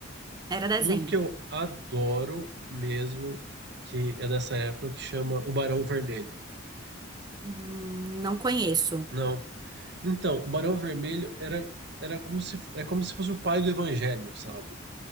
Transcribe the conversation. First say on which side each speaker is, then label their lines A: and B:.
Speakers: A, on the right; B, on the right.
A: Era desenho.
B: Um que eu adoro mesmo, que é dessa época, que chama O Barão Vermelho.
A: Hum, não conheço.
B: Não. Então, o Barão Vermelho era, era como se, é como se fosse o pai do Evangelho, sabe?